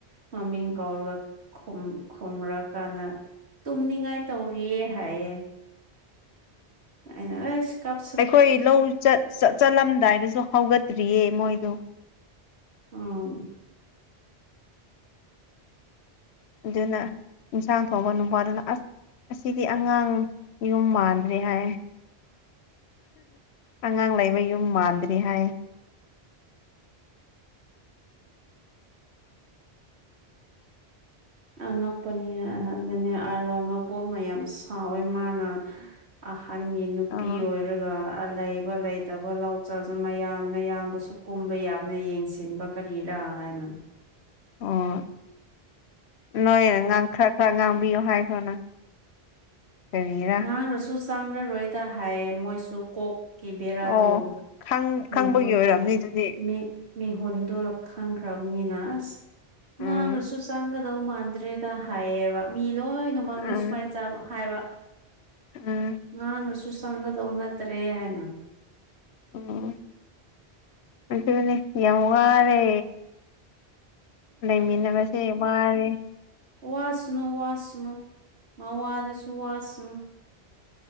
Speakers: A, on the right (about 80°); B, on the left (about 80°).
A: ꯃꯃꯤꯡ ꯀꯧꯔꯒ ꯈꯨꯝ ꯈꯨꯝꯔ ꯀꯥꯟꯗ ꯇꯨꯝꯅꯤꯡꯉꯥꯏ ꯇꯧꯔꯤꯌꯦ ꯍꯥꯏꯌꯦ ꯑꯩꯅꯥ ꯑꯦꯁ ꯀꯞ
B: ꯑꯩꯈꯣꯏ ꯂꯧ ꯆꯠ ꯆꯠꯂꯝꯗꯥꯏꯗꯁꯨ ꯍꯧꯒꯠꯇ꯭ꯔꯤꯌꯦ ꯃꯣꯏꯗꯣ
A: ꯑꯣ...
B: ꯑꯗꯨꯅ ꯏꯟꯁꯥꯡ ꯊꯣꯡꯕ ꯅꯨꯄꯥꯗꯨꯅ ꯑꯁ ꯑꯁꯤꯗꯤ ꯑꯉꯥꯡ ꯌꯨꯝ ꯃꯥꯟꯗ꯭ꯔꯦ ꯍꯥꯏ ꯑꯉꯥꯡ ꯂꯩꯕ ꯌꯨꯝ ꯃꯥꯟꯗ꯭ꯔꯦ ꯍꯥꯏꯌꯦ
A: ꯑꯉꯛꯄꯅꯤ ꯑꯗꯨꯅꯦ ꯑꯔꯣꯟ ꯃꯕꯣꯛꯅ ꯌꯥꯝ ꯁꯥꯎꯋꯦ ꯃꯥꯅ ꯑꯍꯟꯒꯤ ꯅꯨꯄꯤ
B: ꯑꯥ
A: ꯑꯣꯏꯔꯒ ꯂꯥꯩ ꯂꯩꯇꯕ ꯂꯧ ꯆꯁꯨ ꯃꯌꯥꯝꯅꯌꯥꯝꯕꯁꯨ ꯀꯨꯝꯕ ꯌꯥꯝꯅ ꯌꯦꯡꯁꯤꯟꯕ ꯀꯔꯤꯔꯥ ꯍꯥꯏꯅ
B: ꯑꯣ... ꯅꯣꯏꯅ ꯉꯥꯡ ꯈꯔ ꯈꯔ ꯉꯥꯡꯕꯤꯌꯣ ꯍꯥꯏꯈ꯭ꯔꯣꯅ ꯀꯔꯤꯔꯥ
A: ꯉꯥꯡꯔꯁꯨ ꯆꯥꯡꯔꯔꯣꯏꯗ ꯍꯥꯏꯌꯦ ꯃꯣꯏꯁꯨ ꯀꯣꯛꯀꯤ ꯕꯦꯔꯥꯗꯣ
B: ꯑꯣ ꯈꯪ ꯈꯪꯕꯒꯤ
A: ꯃꯤꯍꯣ
B: ꯑꯣꯏꯔꯝꯅꯤ ꯑꯗꯨꯗꯤ
A: ꯃꯤ ꯃꯤꯍꯨꯟꯜꯗꯣ ꯈꯪꯈ꯭ꯔꯕꯅꯤꯅ ꯑꯁ ꯉꯥꯡꯂꯁꯨ
B: ꯎꯝ
A: ꯆꯪꯒꯗꯧ ꯃꯥꯟꯗ꯭ꯔꯦꯗ ꯍꯥꯏꯌꯦꯕ ꯃꯤ ꯂꯣꯏꯅ ꯥꯃꯥꯅꯦ
B: ꯎꯝ
A: ꯁꯨꯃꯥꯏ ꯆꯥꯕ ꯍꯥꯏꯕ
B: ꯎꯝ
A: ꯉꯥꯡꯂꯁꯨ ꯆꯪꯒꯗꯧ ꯅꯠ ꯇ꯭ꯔꯦ ꯍꯥꯏꯅ
B: ꯎꯝ ꯑꯗꯨꯅꯦ ꯌꯥꯝ ꯋꯥꯔꯦ ꯂꯩꯃꯤꯟꯅꯕꯁꯦ ꯋꯥꯔꯦ
A: ꯋꯥꯥꯁꯅꯨ ꯋꯥꯥꯁꯅꯨ ꯃꯋꯥꯗꯨꯁꯨ ꯋꯥꯥꯁꯅꯨ